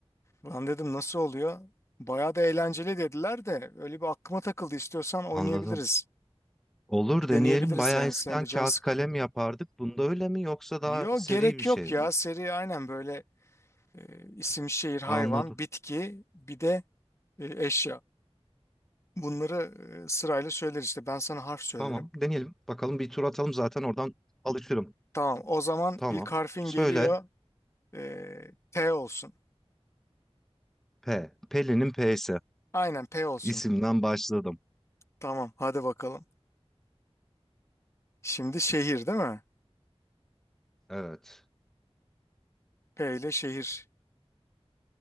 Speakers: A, on the left (about 25°); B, in the centre.
A: Lan dedim nasıl oluyor? Bayağı da eğlenceli dediler de öyle bir aklıma takıldı. İstiyorsan
B: Anladım.
A: oynayabiliriz.
B: Olur
A: Bir deneyebiliriz
B: deneyelim. Bayağı
A: yani.
B: eskiden
A: Senin de canın
B: kağıt
A: sıkılıyor.
B: kalem yapardık. Bunda öyle mi yoksa
A: Yo
B: daha seri
A: gerek
B: bir şey
A: yok ya.
B: mi?
A: Seri aynen böyle e, isim şehir hayvan
B: Anladım.
A: bitki bir de e, eşya. Bunları e, sırayla söyler işte. Ben sana harf söylerim.
B: Tamam deneyelim. Bakalım bir tur atalım zaten oradan alışırım.
A: Tamam. O zaman
B: Tamam.
A: ilk harfin
B: Söyle.
A: geliyor. E, P olsun.
B: P. Pelin'in P'si.
A: Aynen P olsun.
B: İsimden başladım.
A: Tamam. Hadi bakalım. Şimdi şehir değil mi?
B: Evet.
A: P ile şehir.